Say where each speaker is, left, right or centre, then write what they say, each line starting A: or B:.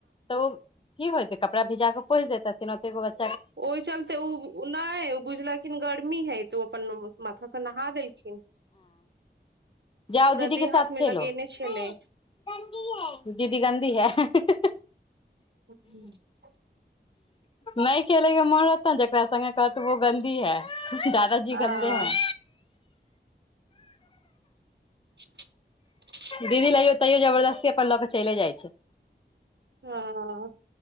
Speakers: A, on the left; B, on the right.
A: त ओ की होइतै कपड़ा भिजा क पोछि दैथिन ओतेगो बाद
B: ओहि चलते उ नै उ बुझलखिन गर्मी कि है त ओ अपन माथा स नहा देलखिन
A: जाओ
B: पूरा
A: दीदी के
B: देह
A: साथ
B: हाथ मे
A: खेलो
B: लगेने
A: नहि
B: छलै
A: गन्दी है, दीदी गन्दी है हा हा
B: <unintelligible>
A: नहि खेले के मोन रहतै ने जकरा संगे कहत ओ गन्दी है। दादाजी
B: हँ
A: गंन्दे है।
B: <unintelligible>
A: दीदी लैयो तैयो जबरदस्ती अपन ल क चइले जाइ छै।
B: हां